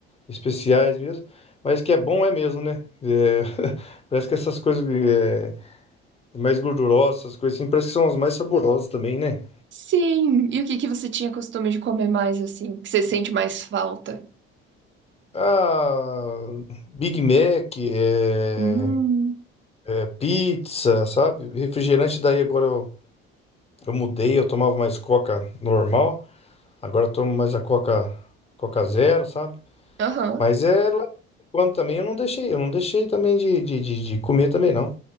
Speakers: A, on the left; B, on the right.
A: especiais mesmo. Mas que é bom é mesmo, né? É, <laughs> parece que essas coisas. eh, mais gordurosas, essas coisas assim, parece que são as mais saborosas também, né?
B: sim. E o que que você tinha costume de comer mais assim? Que você sente mais falta?
A: Ah, Big Mac, é,
B: Hum,
A: é, pizza, sabe? Refrigerante, daí agora eu, eu mudei, eu tomava mais coca normal, agora eu tomo mais a coca, coca zero, sabe?
B: aham.
A: Mas é lá de quando também eu não deixei, eu não deixei também de, de, de, de comer também, não.